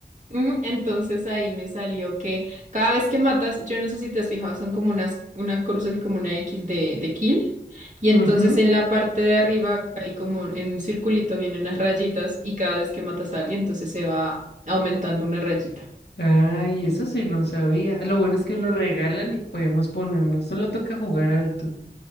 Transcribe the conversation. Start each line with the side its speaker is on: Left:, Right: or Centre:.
Right: mm, entonces ahí me salió que cada vez que matas, yo no sé si te has fijado, son como unas, una cruz así como una X de, de kill. Y
Left: Ujú.
Right: entonces en la parte de arriba hay como en un circulito vienen unas rayitas y cada vez que matas a alguien, entonces se va aumentando una rayita.
Left: Ay, eso sí no sabía. Lo bueno es que lo regalan y podemos ponernos. Solo toca jugar harto